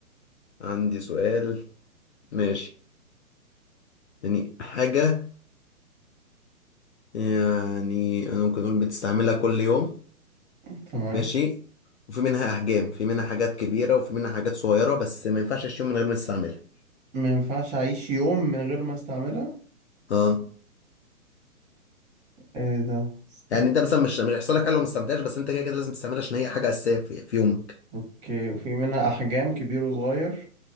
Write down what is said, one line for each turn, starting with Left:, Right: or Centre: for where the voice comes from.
Left: عندي سؤال ماشي يعني حاجة يعني أنا ممكن أقول بتستعملها كل يوم
Right: تمام
Left: ماشي وفي منها أحجام في منها حاجات كبيرة وفي منها حاجات صغيرة بس ما ينفعش أشيل يوم من غير ما تستعملها
Right: ما ينفعش أعيش يوم من غير ما استعملها
Left: اه
Right: ايه ده استنى
Left: يعني أنت مثلا مش مش هيحصل لك حاجة لو ما استعملتهاش بس أنت كده كده لازم تستعملها عشان هي حاجة أساسية في, في يومك
Right: اوكي في منها احجام كبير وصغير